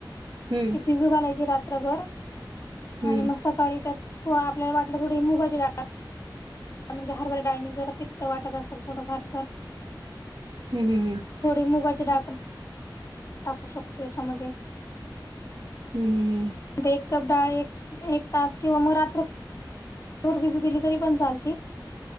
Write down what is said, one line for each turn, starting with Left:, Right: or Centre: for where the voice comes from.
Right: हम्म
Left: ते भिजू घालायची रात्रभर
Right: हम्म
Left: आणि मग स काळी आणि त्यात आपल्याला वाटलं थोडी मुघाची डाळ म्हणजे हरभऱ्या डाळीनी जर पित्त वाटत असेल थोडंफार तर
Right: हम्म हम्म हम्म.
Left: थोडी मुगाची डाळ पण टाकू शकतो हयाच्यामध्ये.
Right: हम्म हम्म.
Left: तो एक कप डाळ एक एक तास किंवा म रात्र भर भीजू दिली तरी पण चालती